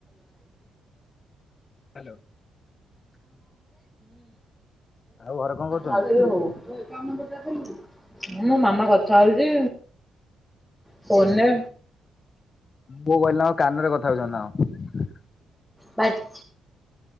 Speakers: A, on the left; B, in the centre.
A: ହ୍ୟାଲୋ ଆଉ ଘରେ କଣ କରୁଛନ୍ତି?
B: ଆଉ ଟିକେ ହଉ। ମୋ ମାମା କଥା ହଉଛି। ଫୋନ୍ ରେ।
A: ପୁଅ କହିଲା ଆଉ କାନରେ କଥା ହଉଛନ୍ତି ନା।
B: ବାଟ